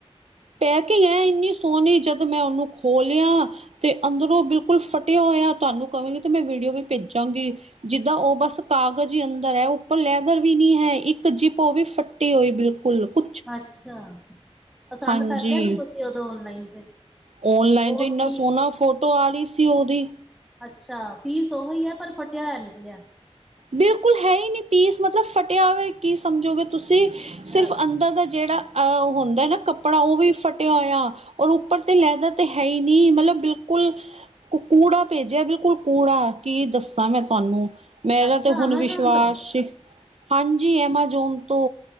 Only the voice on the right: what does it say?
ਪੈਕਿੰਗ ਏ ਇੰਨੀ ਸੋਹਣੀ ਜਦੋਂ ਮੈਂ ਉਹਨੂੰ ਖੋ ਲਿਆ, ਤੇ ਅੰਦਰੋਂ ਬਿਲਕੁਲ ਫਟੇਆ ਹੋਏਆ, ਤੁਆਨੂੰ ਕਵਾਂਗੀ ਤੇ ਮੈਂ ਵੀਡੀਓ ਵੀ ਪੇਜਾਂਗੀ। ਜਿੱਦਾ ਓ ਬਾੱਸ ਕਾਗਜ਼ ਈ ਅੰਦਰ ਐ, ਉੱਪਰ ਲੈਦਰ ਵੀ ਨੀ ਹੈ, ਇੱਕ ਜਿਪ ਪਾਵੀ ਫੱਟੀ ਹੋਈ ਬਿਲਕੁਲ ਕੁ
ਹਾਂਜੀ
ਓਨਲਾਈਨ
ਤੇ ਏਨਾ
ਸੋਨਾ ਫੋਟੋ ਆ ਰੀ ਸੀ ਓਦੀ।
ਬਿਲਕੁਲ ਹੈ ਈ ਨੀ ਪੀਸ ਮਤਲਬ ਫਟੇਆ ਹੋਵੈ ਕੀ ਸਮਝੋਗੇ ਤੁਸੀ
ਸਿਰਫ਼ ਅੰਦਰ ਦਾ ਜੇੜਾ ਅ ਹੁੰਦੈ ਨਾ ਕੱਪੜਾ, ਓਵੀ ਫਟੇਆ ਹੋਯਾ ਓਰ ਓਪ ਉੱਪਰ ਤੇ ਲੈਦਰ ਤੇ ਹੈ ਈ ਨੀ, ਮਲਬ ਬਿਲਕੁਲ ਕੂੜਾ ਪੇਜੇਐ ਬਿਲਕੁਲ ਕੂੜਾ, ਕੀ ਦੱਸਾਂ ਮੈਂ ਤੁਆਨੂੰ ਮੇਰਾ
ਤੇ ਹੁਨ
ਵਿਸ਼ਵਾਸ,
ਹਾਂਜੀ ਐਮਾਜੋਨ ਤੋ।